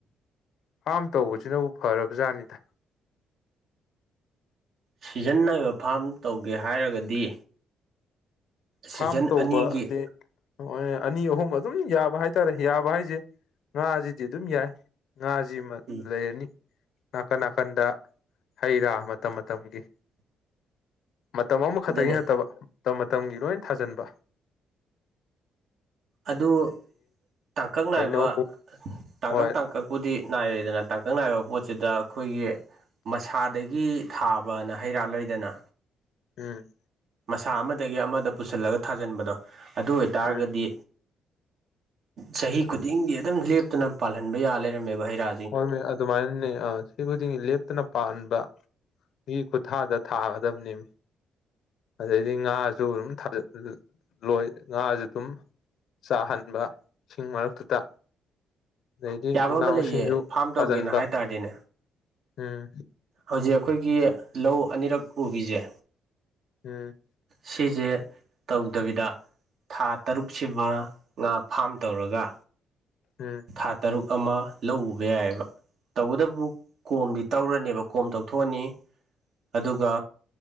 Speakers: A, on the left; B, on the right.
A: ꯐꯥꯝ ꯇꯧꯕꯖꯤꯅꯕꯨ ꯐꯔꯕꯖꯥꯠꯅꯤꯗ
B: ꯁꯤꯖꯤꯟ ꯅꯥꯏꯕ ꯐꯥꯝ ꯇꯧꯒꯦ ꯍꯥꯏꯔꯒꯗꯤ ꯁꯤꯖꯟ
A: ꯐꯥꯔꯝ ꯇꯧꯕ
B: ꯑꯅꯤꯒꯤ
A: ꯗꯤ ꯍꯣꯏ ꯑꯅꯤ ꯑꯍꯨꯝ ꯑꯗꯨꯝ ꯌꯥꯕ ꯍꯥꯏꯇꯥꯔꯦ ꯌꯥꯕ ꯍꯥꯏꯖꯦ ꯉꯥꯖꯤꯗꯤ ꯑꯗꯨꯝ ꯌꯥꯏ ꯉꯥꯖꯤꯃ
B: ꯎꯝ
A: ꯂꯩꯔꯅꯤ ꯅꯥꯀꯟ ꯅꯥꯀꯟꯗ ꯍꯩ-ꯔꯥ ꯃꯇꯝ ꯃꯇꯝꯒꯤ ꯃꯇꯝ ꯑꯃꯈꯠꯇꯒꯤ
B: ꯑꯗꯨꯅꯦ
A: ꯅꯠꯇꯕ ꯃꯇꯝ ꯃꯇꯝꯒꯤ ꯂꯣꯏꯟ ꯊꯥꯖꯟꯕ
B: ꯑꯗꯨ ꯇꯥꯡꯀꯛ ꯅꯥꯏꯕ
A: ꯍꯩꯅꯧ
B: ꯇꯥꯡꯀꯛ
A: ꯍꯣꯏ
B: ꯇꯥꯡ ꯀꯛꯄꯨꯗꯤ ꯅꯥꯏꯔꯦꯗꯅ ꯇꯥꯡꯀꯛ ꯅꯥꯏꯕ ꯄꯣꯠꯁꯤꯗ ꯑꯩꯈꯣꯏꯒꯤ ꯃꯁꯥꯗꯒꯤ ꯊꯥꯕꯅ ꯍꯩꯔꯥ ꯂꯩꯗꯅ
A: ꯎꯝ
B: ꯃꯁꯥ ꯑꯃꯗꯒꯤ ꯑꯃꯗ ꯄꯨꯁꯜꯂꯒ ꯊꯥꯖꯟꯕꯗꯣ ꯑꯗꯨ ꯑꯣꯏꯇꯥꯔꯒꯗꯤ
A: ꯎꯝ
B: ꯆꯍꯤ ꯈꯨꯗꯤꯡꯒꯤ ꯑꯗꯨꯝ ꯂꯦꯞꯇꯅ ꯄꯥꯜꯍꯟꯕ ꯌꯥ ꯂꯩꯔꯝꯃꯦꯕ ꯍꯩ ꯔꯥ
A: ꯍꯣꯏ ꯃꯦ ꯑꯗꯨꯃꯥꯏꯅꯅꯦ ꯑ ꯆꯍꯤ ꯈꯨꯗꯤꯡꯒꯤ ꯂꯦꯞꯇꯅ ꯄꯥꯟꯕ ꯒꯤ ꯈꯨꯠꯊꯥꯗ ꯊꯥꯒꯗꯝꯅꯤꯝ ꯑꯗꯩꯗꯤ ꯉꯥꯁꯨ ꯑꯗꯨꯝ ꯊꯥ <unintelligible> ꯂꯣꯏ ꯉꯥꯖꯦ ꯑꯗꯨꯝ ꯆꯥꯍꯟꯕ ꯁꯤꯡ ꯃꯔꯛꯇꯨꯗ ꯑꯗꯩꯗꯤ
B: ꯌꯥꯕ
A: ꯃꯅꯥ
B: ꯑꯃ ꯂꯩꯌꯦ
A: ꯃꯁꯤꯡꯖꯨ
B: ꯐꯥꯝ
A: ꯊꯥꯖꯟꯕ
B: ꯇꯧꯒꯦꯅ ꯍꯥꯏ ꯇꯥꯔꯗꯤꯅꯦ
A: ꯎꯝ
B: ꯍꯧꯖꯤꯛ ꯑꯩꯈꯣꯏꯒꯤ ꯂꯧ ꯑꯅꯤꯔꯛ ꯎꯕꯤꯖꯦ
A: ꯎꯝ
B: ꯁꯤꯖꯦ ꯇꯧꯗꯕꯤꯗ ꯊꯥ ꯇꯔꯨꯛꯁꯤꯃ ꯉꯥ ꯐꯥꯝ ꯇꯧꯔꯒ
A: ꯎꯝ
B: ꯊꯥ ꯇꯔꯨꯛ ꯑꯃ ꯂꯧ ꯎꯕ ꯌꯥꯏꯑꯕ ꯇꯧꯕꯇꯕꯨ ꯀꯣꯝꯗꯤ ꯇꯧꯔꯅꯦꯕ ꯀꯣꯝ ꯇꯧꯊꯣꯛꯑꯅꯤ ꯑꯗꯨꯒ